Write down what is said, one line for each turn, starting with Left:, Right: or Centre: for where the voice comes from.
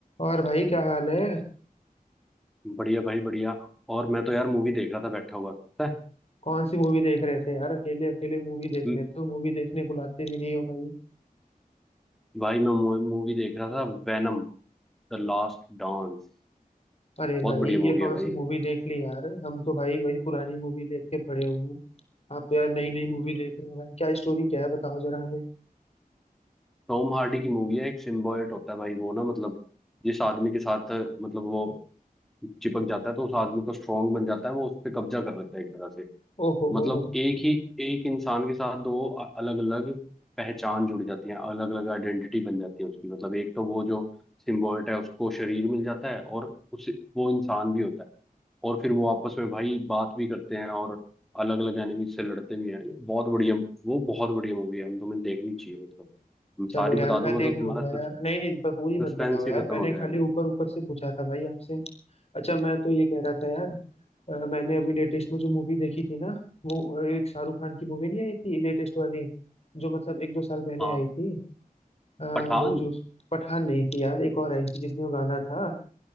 Left: और भाई क्या हाल है
Centre: बढ़िया भाई बढ़िया और मैं तो यार मूवी देख रहा था बैठा हुआ पता है
Left: कौन सी मूवी देख रहे थे यार अकेले अकेले मूवी देख
Centre: म-
Left: लेते हो मूवी देखने बुलाते भी नहीं हो भाई
Centre: भाई मैं मूवी देख रहा था वेनम द लास्ट डांस
Left: अरे
Centre: बहुत
Left: भाई
Centre: बढ़िया मूवी
Left: ये कौन
Centre: है भाई
Left: सी मूवी देख ली यार हम तो भाई वही पुरानी मूवी देख के पड़े हुए हैं आप तो यार नई नई मूवी देख रहे हो भाई क्या स्टोरी क्या है बताओ जरा हमें
Centre: टॉम हार्डी की मूवी है एक सिम्बायोट होता है भाई वो ना मतलब जिस आदमी के साथ मतलब वो चिपक जाता है तो उस आदमी को स्ट्रांग बन जाता है वो उस पर कब्जा कर लेता है एक तरह से
Left: ओहो
Centre: मतलब
Left: हो
Centre: एक ही एक इंसान के साथ दो अलग अलग पहचान जुड़ जाती है अलग अलग आइडेंटिटी बन जाती है उसकी मतलब एक तो वो जो सिम्बोयट है उसको शरीर मिल जाता है और उस वो इंसान भी होता है और फिर वो आपस में भाई बात भी करते हैं और अलग अलग एनिमी से लड़ते भी हैं ये बहुत बढ़िया वो बहुत बढ़िया मूवी है हम तुम्हें देखनी चाहिए मतलब मैं सारी
Left: चलो
Centre: बता
Left: यार मैं
Centre: दूंगा
Left: देख
Centre: तो
Left: लूंगा
Centre: तुम्हारा
Left: यार नहीं नहीं प- पूरी मत
Centre: सस्पेंस
Left: बताओ यार
Centre: ही खत्म
Left: मैंने
Centre: हो
Left: खाली
Centre: जाएगा
Left: ऊपर ऊपर से पूछा था भाई आपसे अच्छा मैं तो ये कह रहा था यार अ, मैंने अभी लेटेस्ट में जो मूवी देखी थी ना वो अ, एक शाहरुख खान की मूवी नहीं आई थी लेटेस्ट वाली जो मतलब एक दो साल पहले
Centre: हाँ
Left: आई थी अ,
Centre: पठान
Left: वो जो पठान नहीं थी यार एक और आई थी जिसमें वो गाना था